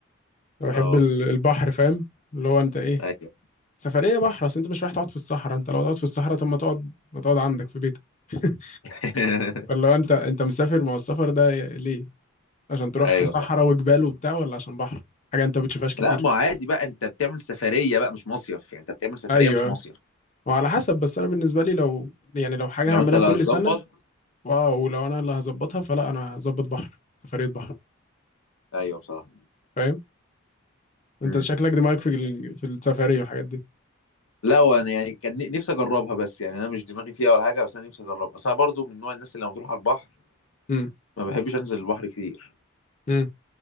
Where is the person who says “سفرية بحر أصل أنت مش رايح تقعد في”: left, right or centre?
Left